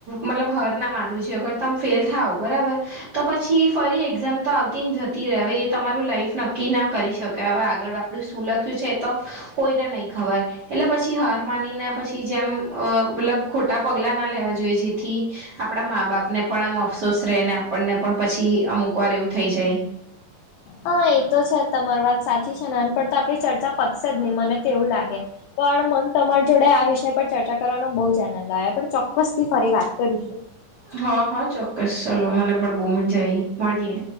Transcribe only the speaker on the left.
હા, એ તો છે જ તમાર વાત સાચી છેને પણ તો આપડી ચર્ચા પતશે જ નહી મને તો એવું લાગે. પણ મન તમારી જોડે આ વિષય પર ચર્ચા કરવાનો બહુ જ આનંદ આયો. પણ ચોક્કસથી ફરી વાત કરીશ. સું.